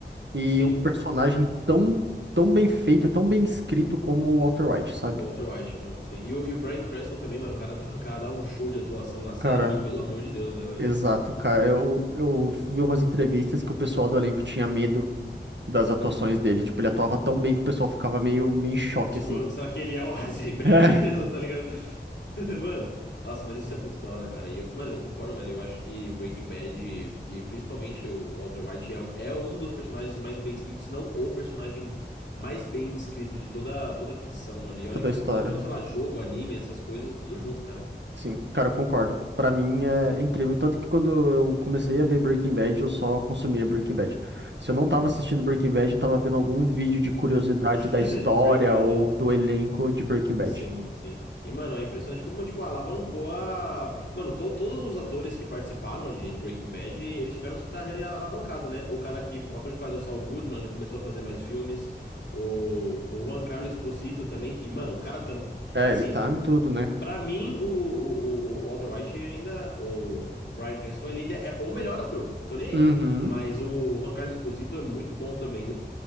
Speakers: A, on the right (about 85°); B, on the left (about 85°).
A: e
B: Sim.
A: um personagem tão, tão bem feito, tão bem escrito como o Walter White, sabe?
B: O Walter White, mano, sim. E o, e o Bryan Cranston também, mano. O cara, dá- <laughs> o cara dá um show de atuação na série
A: Cara,
B: que, pelo amor de Deus, né, velho?
A: exato, cara. Eu, eu vi umas entrevistas que o pessoal do elenco tinha medo das atuações dele. Tipo, ele atuava tão bem que o pessoal ficava meio, meio em choque,
B: Tipo,
A: assim.
B: será que ele é o <laughs> Heisenberg
A: É,
B: mesmo, tá ligado? <laughs> Mano, nossa, mas isso é muito da hora, cara. E eu, mano, eu concordo, velho. Eu acho que Breaking Bad e, e principalmente o Walter White é, é um dos personagens mais bem escritos, se não o personagem mais bem escrito de toda, toda a ficção, mano. E olha
A: toda
B: que
A: a
B: eu
A: história.
B: tô colocando, sei lá, jogo, anime, essas coisas, tudo junto, cara.
A: Sim, cara, eu concordo. Pra mim é incrível. Tanto que quando eu comecei a ver Breaking Bad, eu só consumia Breaking Bad. Se eu não tava assistindo Breaking Bad, eu tava vendo algum vídeo de curiosidade
B: <laughs>
A: da história
B: De Breaking Bad,
A: ou
B: né?
A: do elenco de Breaking Bad.
B: Sim, sim. E, mano, é impressionante como, tipo, alavancou a. Mano, to- todos os atores que participaram de, de Breaking Bad, eles tiveram sua carreira alavancada, né? O cara que. O ator que faz o Saul Goodman, ele começou a fazer mais filmes. O, o Juan Carlos Esposito também, que, mano, o cara tam...
A: É,
B: Assim,
A: ele tá em tudo, né?
B: pra mim, o, o, o o Walter White ainda. O Bryan Cranston, ele ainda é o melhor ator. Tô nem aí.
A: Uhum.
B: Mas o Juan Carlos Esposito é muito bom também.